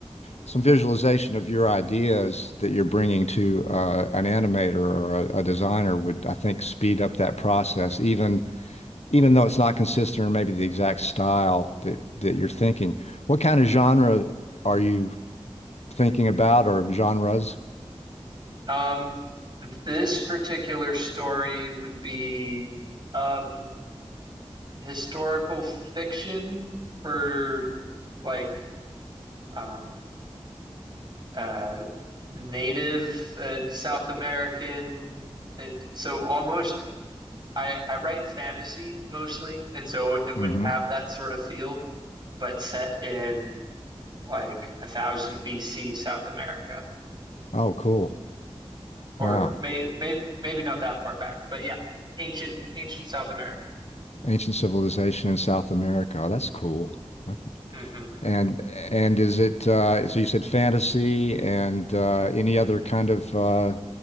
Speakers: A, on the left; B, on the right.
A: some visualization of your ideas that you're bringing to uh, an animator or a, a designer would, I think, speed up that process even even though it's not consistent or maybe the exact style that that you're thinking, what kind of genre are you thinking about or genres?
B: Um, this particular story would be um, historical fiction for like um, uh, native uh, South American. It, so almost I, I write fantasy mostly, and so it would
A: hmm
B: have that sort of feel, but set in like a thousand BC South America.
A: Oh, cool.
B: or
A: Wow.
B: may, may maybe not that far back, but yeah, ancient ancient South America.
A: Ancient civilization in South America. Oh, that's cool. That-
B: Mm-hmm.
A: And and is it uh so you said fantasy and uh any other kind of uh